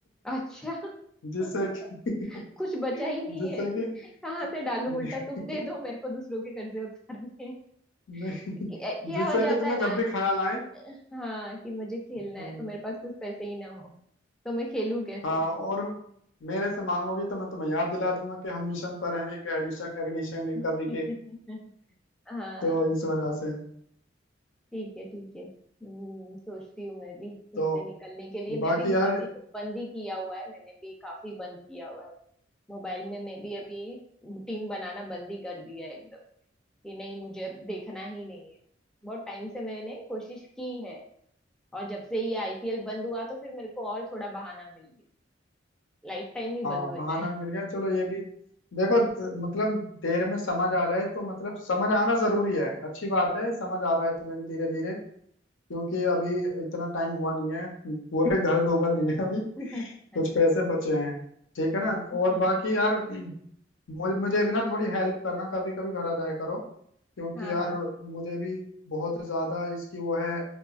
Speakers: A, in the centre; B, on the left.
A: अच्छा
B: जिससे
A: <laughs>
B: कि <laughs>
A: कुछ बचा ही नहीं
B: जिससे
A: है
B: कि
A: कहाँ से डालू
B: <laughs>
A: उल्टा तुम दे दो मेरे को दूसरों के कर्जे उतारने
B: नहीं
A: कि- क्या
B: जिससे
A: हो
B: कि
A: जाता
B: तुम्हें
A: है ना
B: जब भी ख्याल आए
A: हाँ कि मुझे खेलना
B: हाँ।
A: है तो मेरे पास कुछ पैसे ही ना हो तो मैं खेलूं कैसे
B: हाँ और मेरे से मांगोगी तो मैं तुम्हें याद दिला दूंगा कि हम मिशन पर हैं एक एडिशन एडिशन
A: <laughs>
B: रिकवरी के <laughs>
A: हाँ
B: तो इस वजह से
A: ठीक है ठीक है हम्म, सोचती हूँ मैं भी
B: तो
A: इससे निकलने के लिए मैं
B: बाकी
A: भी
B: यार
A: अभी तो बंद ही किया हुआ है मैंने भी काफी बंद किया हुआ है मोबाइल में मैं भी अभी टीम बनाना बंद ही कर दिया है एकदम कि नहीं मुझे अब देखना ही नहीं है बहुत टाइम से मैंने कोशिश की है और जब से ये आईपीएल बंद हुआ तो फिर मेरे को और थोड़ा बहाना मिल गया लाइफ टाइम ही बंद
B: हाँ
A: हो
B: बहाना
A: जाए
B: भी मिल गया चलो ये भी देखो द- मतलब देर में समझ आ रहा है तो मतलब समझ आना जरूरी है अच्छी बात है समझ आ रहा है तुम्हें भी धीरे धीरे क्योंकि अभी इतना टाइम हुआ नहीं है पूरे घर डूबा नहीं है अभी
A: <laughs>
B: कुछ पैसे बचे हैं ठीक है ना
A: हाँ
B: और बाकी यार मुझे मुझे भी ना थोड़ी हेल्प करना कभी कभी घर आ जाया करो क्योंकि
A: हाँ
B: यार
A: हाँ
B: मुझे भी बहुत ज्यादा इसकी वो है